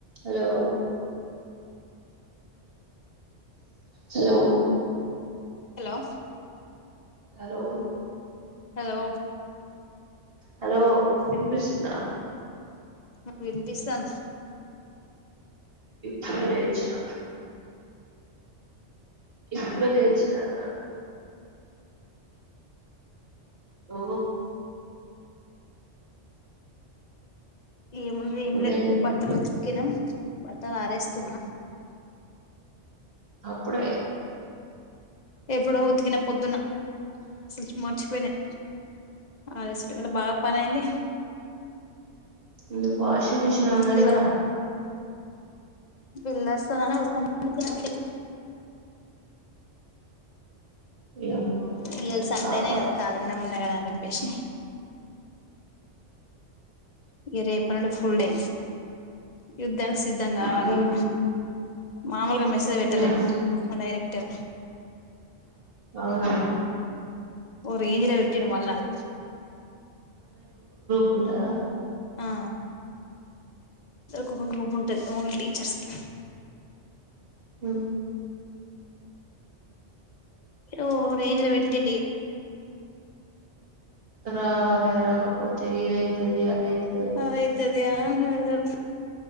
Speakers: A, on the right; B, on the left.
A: Hello hello
B: hello
A: hello
B: hello
A: hello ఇన్ పిస్తుందా
B: నాకు వినిపిస్తంద్
A: ఇప్పుడే లేచిన ఇప్పుడే లేచినద ఓ
B: ఏమున్నది ఏం
A: నువ్వేం
B: లే
A: చేస్తున్నావ్
B: బట్టలు ఉతికినా బట్టలు అరేస్తున్నా
A: అప్పుడేయి
B: ఎప్పుడో ఉతికినా పొద్దున సచు మోర్ వచ్చిపోయినాయి అలాసు ఇవాళ బాగా పని అయింది
A: ఎందుకు వాషింగ్ మిషిన్ ఉన్నది
B: ఆంటీ
A: గా
B: వాళ్ళ బిల్ వస్తది అని ఉతకామని చెప్పింది అంటీ
A: యమ్మ
B: ఇయ్యాల
A: నీ
B: సండేనే
A: కాపాడు
B: కదా కాలిగానే ఉన్న కదా చెప్పి ఏషే ఇగా రేప నుండు ఫుల్ డే యుద్ధనికి సిద్ధం కావాలి
A: మ్
B: ఇగ మామలుగా మెసేజ్ పెట్టలే
A: మ్
B: మ డైరెక్టర్
A: అవునా
B: ఓ రేంజ్లో కడుమల్లది
A: కుంటారా
B: ఆ కుకింగ్ గ్రూప్ ఉంట ఓన్లీ టీచర్స్ కి
A: హ
B: ఓ రేంజ లో వెడితేడి
A: త రావాాలే రాక పోతే ఈ రైతు అైతు
B: అదయితది అని పెడతాడు